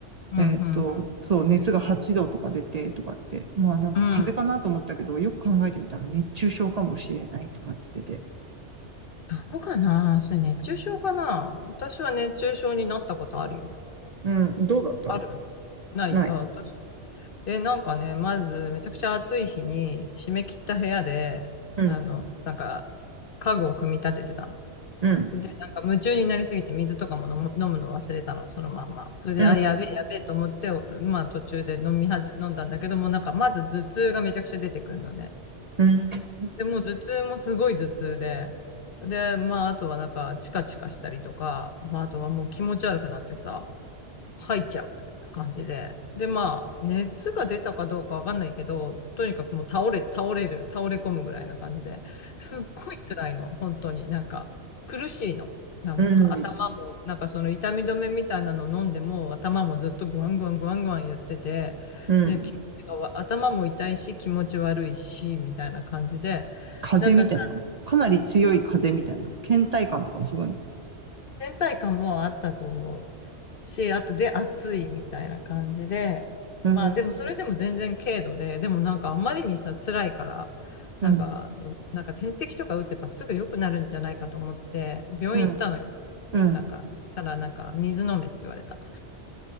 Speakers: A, on the left; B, on the right.
A: うん、
B: えっと、
A: うん。
B: そう、熱が8度とか出てとかって、まあなんか風邪かなと思ったけど、
A: うん
B: よく考えてみたら熱中症かもしれないとかっつってて。
A: どうかなそれ熱中症かな私は熱中症になったことあるよ。
B: うん、どうだった
A: あるないあ、
B: ない。
A: 私。え、なんかね、まず、めちゃくちゃ暑い日に、締め切った部屋で、
B: うん、
A: あの、なんか、家具を組み立ててた
B: うん、
A: の。で、なんか夢中になりすぎて水とかも飲む、飲むの忘れたの、そのまんま。それで、
B: うん、
A: あ、やべえ、やべえと思って、おまあ途中で飲みはじ、飲んだんだけども、なんかまず頭痛がめちゃくちゃ出てくるのね。
B: うん、うん、
A: で、もう頭痛もすごい頭痛で、で、まああとはなんかチカチカしたりとか、まああとはもう気持ち悪くなってさ、入っちゃうみたいな感じで。で、まあ、熱が出たかどうかわかんないけど、とにかくもう倒れ、倒れる、倒れ込むぐらいな感じで、すっごい辛いの、本当に。なんか、苦しいの。なんか、
B: うん、
A: 頭も、なんかその痛み止めみたいなの飲んでも、頭もずっとグワングワングワングワン言ってて、
B: うん。
A: で、気持ちがわ頭も痛いし、気持ち悪いし、みたいな感じで、
B: 風邪みたいな。
A: なんかさ、
B: かなり強い風邪みたいな。倦怠感とかもすごいね。
A: 倦怠感もあったと思う。し、あとで暑いみたいな感じで、
B: うん、
A: まあでもそれでも全然軽度で、でもなんかあんまりにさ、辛いから、なんか、
B: うん、
A: なんか点滴とか打てばすぐ良くなるんじゃないかと思って、病院行ったのよ。
B: うん、うん。
A: なんか、したらなんか水飲めって言われた。